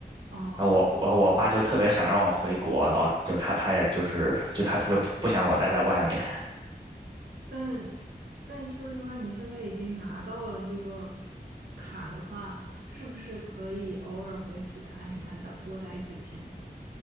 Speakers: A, on the right (about 75°); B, on the right (about 25°).
A: 哦，
B: 然后我我我爸就特别想让我回国，然后就他他也就是就他特别不不想我待在外面。
A: 但但说实话，你现在已经拿到了这个卡的话，是不是可以偶尔回去看一看，待多待几天，